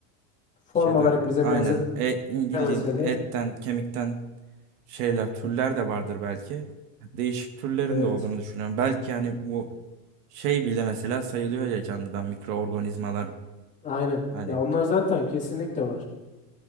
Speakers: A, on the left (about 15°); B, on the right (about 65°).
A: Form
B: şeyden
A: olarak bize
B: aynen e,
A: benzemese
B: bildiğin etten
A: de
B: kemikten şeyler türler de vardır belki. Değişik türlerin
A: evet.
B: de olduğunu düşünüyorum. Belki hani bu şey bile mesela sayılıyor ya canlıdan mikroorganizmalar
A: Aynen.
B: hani
A: Ya onlar zaten kesinlikle var.